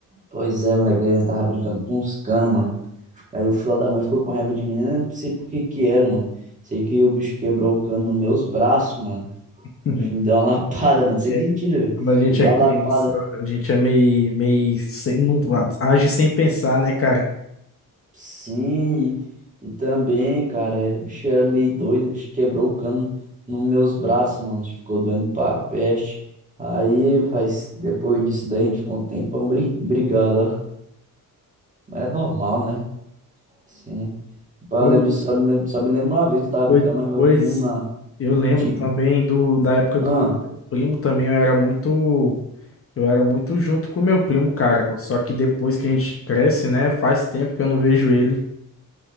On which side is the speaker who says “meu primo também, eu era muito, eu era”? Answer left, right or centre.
Left